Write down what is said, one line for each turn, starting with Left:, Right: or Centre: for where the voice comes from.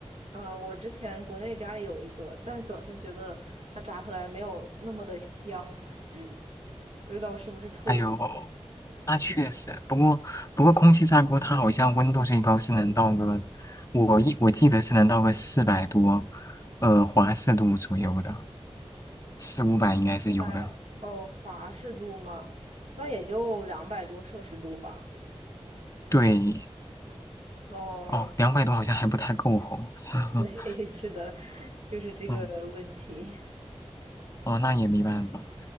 Right: 呃，我之前国内家里有一个，但总是觉得它炸出来没有那么的香，<laughs> 不知道是不是错觉
Left: 还有。那确实，不过不过空气炸锅它好像温度最高是能到个，我一我记得是能到个四百多，呃华氏度左右的，四五百应该是有的。
Right: 在哦华氏度嘛，那也就两百多摄氏度吧。
Left: 对，
Right: 哦，
Left: 哦，两百多好像还不太够吼。
Right: 啊，
Left: <laughs>
Right: 对，<laughs> 是的，就是这个问题。
Left: 嗯，哦，那也没办法。